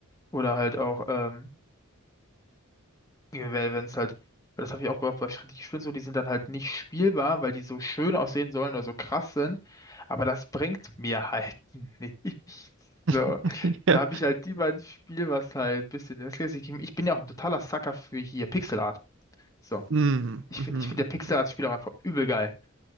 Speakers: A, on the left; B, on the right.
A: Oder halt auch, ähm, wenn es halt, weil das habe ich auch bei, bei Strategiespielen so, die sind dann halt nicht spielbar, weil die so schön aussehen sollen oder so krass sind. Aber das bringt mir halt <laughs> nichts. So.
B: <laughs> Ja.
A: Da habe ich halt lieber ein Spiel, was halt ein bisschen das Gleiche gibt. Ich bin ja auch ein totaler Sucker für hier Pixel Art. So.
B: Mm,
A: Ich
B: mhm,
A: finde, ich finde der Pixar
B: mhm.
A: als Spiel auch einfach übel geil.